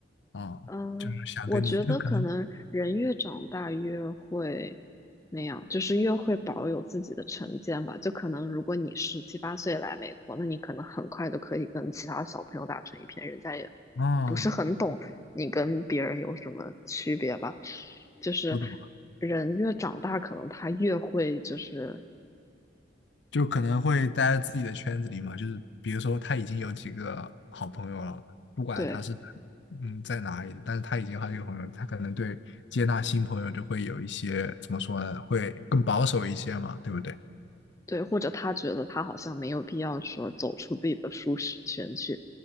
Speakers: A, on the left; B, on the left.
A: 啊，
B: 嗯，
A: 就是想跟你就可能
B: 我觉得可能人越长大越会那样，就是越会保有自己的成见吧。就可能如果你十七八岁来美国，那你可能很快就可以跟其他小朋友打成一片，人家也
A: 啊，
B: 不是很懂你跟别人有什么区别吧。就是
A: 我懂。
B: 人越长大，可能他越会就是。
A: 就可能会待在自己的圈子里嘛，就是比如说他已经有几个好朋友了，不管他是
B: 对。
A: 嗯在哪里的，但是他已经有好几个朋友，他可能对接纳新朋友就会有一些怎么说呢，会更保守一些嘛，对不对？
B: 对，或者他觉得他好像没有必要说走出自己的舒适圈去